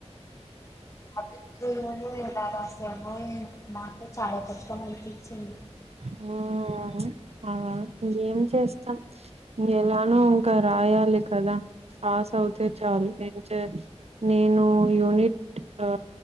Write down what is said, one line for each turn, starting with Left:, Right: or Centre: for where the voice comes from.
Left: ఆ ఫిఫ్త్ డే ఏమో ఎలా రాసామో ఏమో చాలా తప్పని అనిపించింది
Right: హుమ్ ఆ ఏం చేస్తాం ఎలానో ఇంకా రాయాలి కదా పాస్ అవుతే చాలు ఏం చే నేను యూనిట్ ఆ